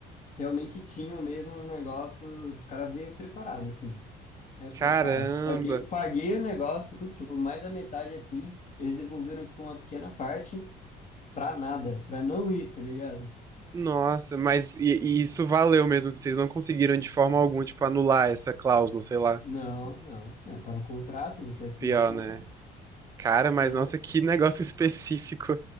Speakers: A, on the left (about 45°); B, on the right (about 20°).
A: realmente tinham mesmo um negócio, os caras veio preparados assim. Aí eu falei,
B: Caramba.
A: caraca, paguei, paguei o negócio, co- tipo, mais da metade assim, eles devolveram, tipo, uma pequena parte pra nada, pra não ir, tá ligado?
B: Nossa, mas e, e isso valeu mesmo, assim, vocês não conseguiram de forma alguma, tipo, anular essa cláusula, sei lá.
A: Não, não, é, tá no contrato, você assinou
B: Pior,
A: o contrato.
B: né? Cara, mas
A: É.
B: nossa, que negócio específico.